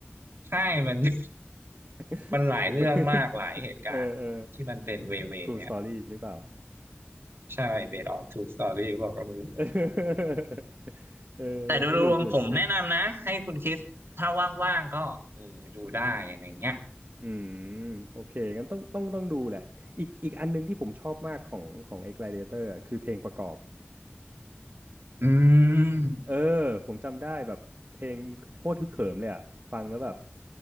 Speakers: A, on the right; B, on the right.
A: ใช่มัน <laughs>
B: <laughs>
A: มันหลายเรื่องมากหลายเหตุการณ์ที่มันเป็นเวเวเนี่ย
B: เออเออ True Story หรือเปล่า
A: ใช่ based on true story หรือเก็ไม่รู้
B: เออ <laughs> เออ
A: แต่โดยรวมผมแนะนำนะให้คุณคริสถ้าว่างๆก็เออดูได้อะไรเงี้ย
B: สนุกหนุกอืมโอเคงั้นต้องต้องต้องดูแหละ อีกอีกอันหนึงที่ผมชอบมากของของไอ้ Gladiator อะคือเพลงประกอบ
A: อืม
B: เออผมจำได้แบบเพลงโคตรฮึกเหิมเลยอ่ะฟังแล้วแบบ